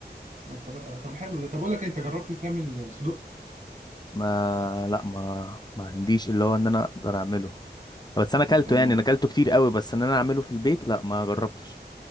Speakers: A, on the right; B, on the left.
A: آه، طب آه، طب حلو ده طب اقول لك إيه، انت جربت تعمل صدق
B: ما لا ما ما عنديش اللي هو ان انا اقدر اعمله بس انا اكلته
A: انت ما
B: يعني انا اكلته كتير قوي بس ان انا اعمله في البيت لا ما جربتش